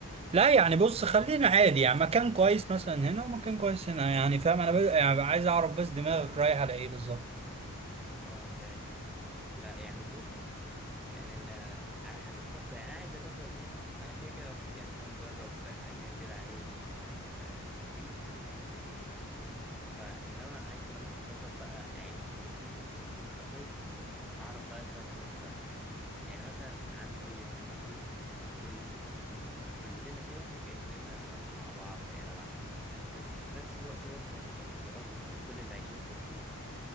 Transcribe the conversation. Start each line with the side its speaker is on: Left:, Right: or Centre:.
Right: لا يعني بص خلينا عادي يعني مكان كويس مثلا هنا ومكان كويس هنا يعني فاهم انا ب... يعني عايز اعرف بس دماغك رايح على ايه بالظبط
Centre: اه فاهم لا يعني بص يعني أنا على حسب برضه يعني أنا عايز أجرب هنا أنا كده كده يعني أنا مجرب أنا كده كده عايش في ال- آه، الريف فإنما عايز أروح أجرب بقى أعيش في المدينة وأستقر أعرف بقى الفرق وقتها يعني مثلا عندي هنا في الريف كل ال- كلنا كده كأننا مع بعض عيلة واحدة بس في نفس الوقت برضه يعني قصدي يعني كل اللي عايشين في الريف